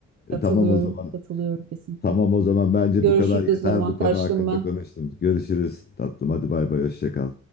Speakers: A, on the left (about 30°); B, on the right (about 60°).
A: E,
B: Katılıyorum,
A: Tamam o zaman.
B: katılıyorum kesinlikle.
A: Tamam o zaman bence
B: Görüşürüz
A: bu kadar yeter
B: o zaman.
A: bu
B: Kaçtım
A: konu hakkında
B: ben.
A: konuştum. Görüşürüz tatlım. Hadi bay bay hoşça kal.